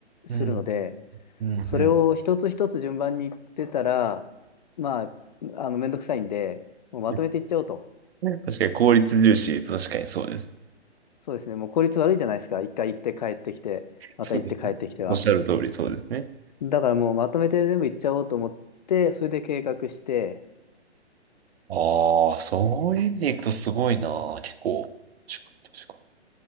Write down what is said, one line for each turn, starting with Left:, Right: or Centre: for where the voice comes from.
Left: するので、
Right: うん、うん、
Left: それを一つ一つ順番に言ってたら、
Right: うん。
Left: まあ、あの、めんどくさいんで、もうまとめていっちゃおうと。
Right: <laughs> ね確かに効率重視と確かにそうです。
Left: そうですね。もう効率悪いじゃないですか。一回行って帰ってきて、また行って帰ってきては。
Right: そうですね。おっしゃる通りそうですね。
Left: だからもうまとめて全部行っちゃおうと思って、それで計画して、
Right: ああ、そういう意味でいくとすごいな。結構。確かに確かに。